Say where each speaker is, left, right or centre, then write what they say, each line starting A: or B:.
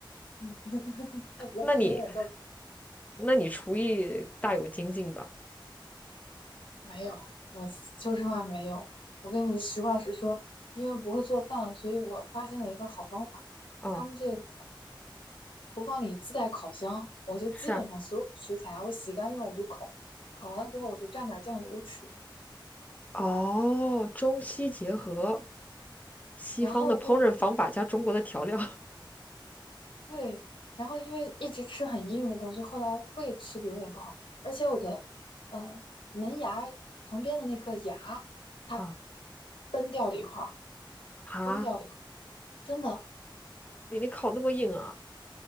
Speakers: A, on the left; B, on the left.
A: 嗯，那不要轻言叫苦
B: 那你那你厨艺大有精进吧？
A: 没有，我说实话没有。我跟你实话实说，因为不会做饭，所以我发现了一个好方法。
B: 哦，
A: 他们这个厨房里自带烤箱，我就基本上所有食材啊我洗干净了我就烤，
B: 是啊，
A: 烤完了之后我就蘸点酱油吃。
B: 哦，中西结合，西方的烹饪方法加中国的调料
A: 然后就是
B: <laughs>
A: 对，然后因为一直吃很硬的东西，后来胃吃的有点不好，而且我的呃门牙旁边的那颗牙它
B: 啊
A: 崩掉了一块儿，
B: 啊！
A: 崩掉了一块儿，真的。
B: 你你烤那么硬啊？